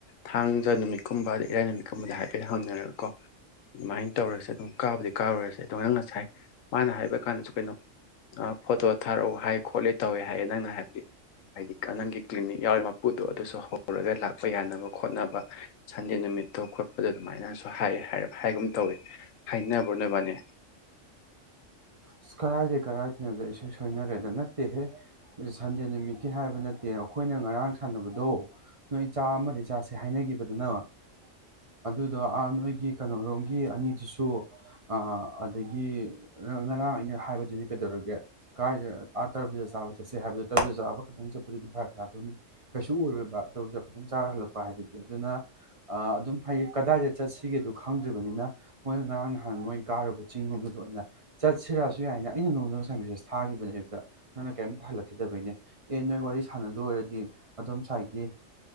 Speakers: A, on the left; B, on the right.
A: ꯊꯥꯡꯖ ꯅꯨꯃꯤꯠꯀꯨꯝꯕ ꯑꯗꯩ ꯏꯔꯥꯏ ꯅꯨꯃꯤꯠꯀꯨꯝꯕꯗꯤ ꯍꯥꯏꯐꯦꯠ ꯍꯪꯅꯔꯒꯀꯣ ꯑꯗꯨꯃꯥꯏꯅ ꯇꯧꯔꯁꯦ ꯑꯗꯨꯝ ꯀꯥꯕꯨꯗꯤ ꯀꯥꯔꯨꯔꯁꯦ ꯑꯗꯣ ꯅꯪ ꯉꯁꯥꯏ ꯃꯥꯅ ꯍꯥꯏꯕ ꯀꯥꯟꯗꯁꯨ ꯀꯩꯅꯣ ꯐꯣꯇꯣ ꯊꯥꯔꯛꯎ ꯍꯥꯏ ꯈꯣꯠꯂꯦ ꯇꯧꯋꯦ ꯍꯥꯏꯌꯦꯦ ꯅꯪꯅ ꯍꯥꯏꯕꯗꯤ ꯍꯥꯏꯗꯤ ꯅꯪꯒꯤ ꯀ꯭ꯂꯤꯅꯤꯛ ꯌꯥꯎꯔꯤ ꯎꯨꯗꯣ ꯑꯗꯨꯁꯨ ꯍꯧꯔꯒ ꯂꯥꯛꯄ ꯌꯥꯏ ꯁꯅꯕ ꯈꯣꯠꯅꯕ ꯁꯟꯗꯦ ꯅꯨꯃꯤꯠꯇꯣ ꯈꯣꯠꯄꯗ ꯑꯗꯨꯃꯥꯏꯅꯁꯨ ꯍꯥꯏꯒꯨꯝ ꯇꯧꯋꯤ ꯍꯥꯏꯅꯕꯅꯕꯅꯤ
B: ꯑꯁ ꯀꯔꯥꯏꯗ ꯀꯔꯥꯏꯗꯅꯣꯗ ꯑꯩꯁꯨ ꯁꯣꯏꯅꯔꯦ ꯑꯗ ꯅꯠꯇꯦꯍꯦ ꯁꯟꯗꯦ ꯅꯨꯃꯤꯠꯀꯤ ꯍꯥꯏꯕ ꯅꯠꯇꯦ ꯑꯩꯈꯣꯏꯅ ꯉꯔꯥꯡ ꯁꯥꯟꯅꯕꯗꯣ ꯅꯣꯏ ꯆꯥ ꯑꯃꯗꯤ ꯆꯥꯁꯦ ꯍꯥꯏꯅꯈꯤꯕꯗ ꯑꯗꯨꯗꯣ ꯑꯥ ꯅꯣꯏꯒꯤ ꯀꯩꯅꯔꯣꯝꯒꯤ ꯑꯅꯤꯗꯨꯁꯨ ꯑꯗꯒꯤ ꯉꯔꯥꯡ ꯑꯩꯅ ꯍꯥꯏꯕꯗꯨꯅꯦ ꯀꯩꯗꯧꯔꯒꯦ ꯀꯥꯏꯗ ꯑꯥ ꯇꯔꯕꯨꯗ ꯆꯥꯕ ꯆꯠꯁꯦ ꯍꯥꯏꯕꯗꯣ ꯇꯔꯨꯗ ꯆꯥꯕ ꯈꯛꯇꯪ ꯆꯠꯄꯗꯨꯗꯤ ꯐꯔꯛ ꯇꯥꯗꯣꯏꯅꯤ ꯀꯩꯁꯨ ꯑꯣꯏꯔꯣꯏꯕ ꯑꯗꯨꯝ ꯆꯥꯔ ꯍꯜꯂꯛꯄ ꯍꯥꯏꯗꯨꯗꯤ ꯑꯗꯨꯅ ꯑꯗꯨꯝ ꯍꯥꯏꯩꯌꯦ ꯀꯗꯥꯏꯗ ꯆꯠꯁꯤꯒꯦꯗ ꯈꯪꯗ꯭ꯔꯤꯕꯅꯤꯅ ꯃꯣꯏ ꯉꯔꯥꯡ ꯅꯍꯥꯟ ꯃꯣꯏ ꯀꯥꯔꯨꯕ ꯆꯤꯡꯒꯨꯝꯕꯗ ꯑꯣꯏꯅ ꯆꯠꯁꯤꯔꯛꯑꯁꯨ ꯌꯥꯏꯅ ꯑꯩꯅ ꯅꯣꯡꯗ ꯉꯁꯥꯏ ꯃꯦꯁꯦꯖ ꯊꯥꯒꯤꯈꯤꯕꯅꯦꯕꯗ ꯅꯪꯅ ꯀꯔꯤꯝꯇ ꯍꯜꯂꯛꯈꯤꯗꯕꯩꯅꯦ ꯑꯦ ꯅꯣꯏ ꯋꯥꯔꯤ ꯁꯥꯟꯅꯗ ꯑꯣꯏꯔꯗꯤ ꯑꯗꯣ ꯉꯁꯥꯏꯒꯤ